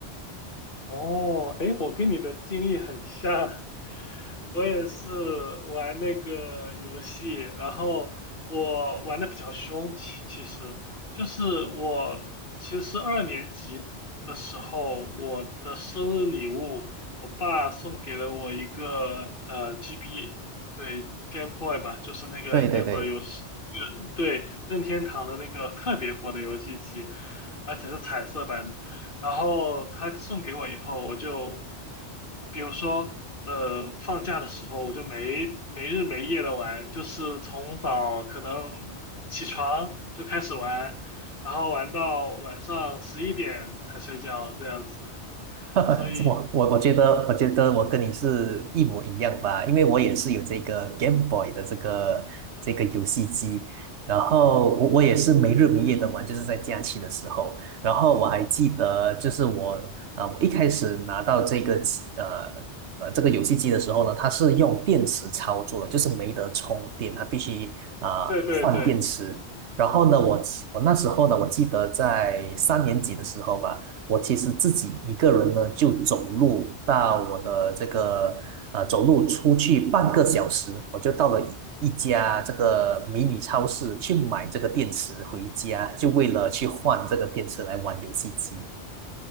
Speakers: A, on the left (about 50°); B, on the right (about 80°).
A: 哦，哎，我跟你的经历很像，我也是玩那个游戏，然后我玩的比较凶，其其实就是我其实二年级的时候，我的生日礼物，我爸送给了我一个呃 GB，对 Game Boy 吧，就是那个那会儿有是那个对任天堂的那个特别火的游戏机，
B: 对对对，
A: 而且是彩色版的。然后他送给我以后，我就，比如说，呃，放假的时候，我就没没日没夜的玩，就是从早可能起床就开始玩，然后玩到晚上十一点才睡觉这样子。
B: <laughs>
A: 所以，
B: 我我我觉得，我觉得我跟你是一模一样吧，因为我也是有这个 Game Boy 的这个这个游戏机，然后我我也是没日没夜的玩，就是在假期的时候，然后我还记得，就是我呃，我一开始拿到这个机呃呃这个游戏机的时候呢，它是用电池操作的，就是没得充电，它必须啊、呃换电池。
A: 对对对，
B: 然后呢，我我那时候呢，我记得在三年级的时候吧。我其实自己一个人呢，就走路到我的这个呃，走路出去半个小时，我就到了一一家这个迷你超市去买这个电池回家，就为了去换这个电池来玩游戏机。